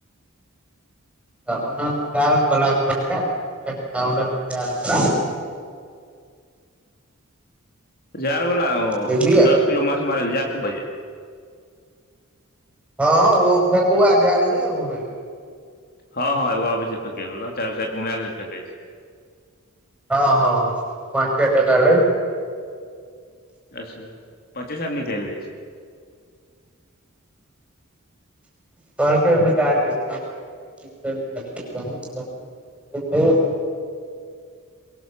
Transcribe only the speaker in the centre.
तऽ ओना तऽ जाल बलाके बज पच टका लै जाल बला
बुझलियै
हँ ओ फेकुआ झाल नहि एगो होइ गेल
हँ हँ हँ पाँच हार टक लै
कहलक